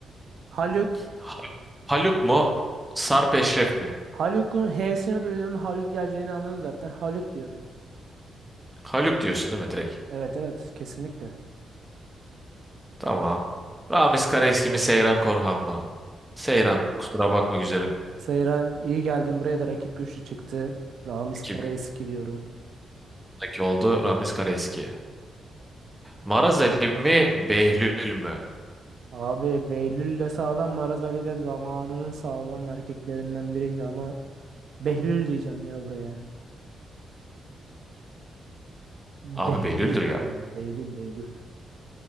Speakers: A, on the right; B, in the centre.
A: Haluk.
B: Ha- Haluk mu, Sarp Eşref mi?
A: Haluk'un H'sini duydum. Haluk geleceğini anladım zaten. Haluk diyorum.
B: Haluk diyorsun değil mi direkt?
A: Evet evet kesinlikle.
B: Tamam. Ramiz Karaeski mi, Seyran Korhan mı? Seyran, kusura bakma güzelim.
A: Seyran iyi geldin buraya da rakip güçlü çıktı. Ramiz
B: İki
A: Karaeski diyorum.
B: gündeki oldu Ramiz Karaeski. Maraz Ali mi, Behlül mü?
A: Abi Behlül'le sağlam Maraz Ali de zamanının sağlam erkeklerinden biriydi ama Behlül diyeceğim ya buraya. Behlül
B: Abi Behlül'dür ya.
A: buraya. Behlül Behlül.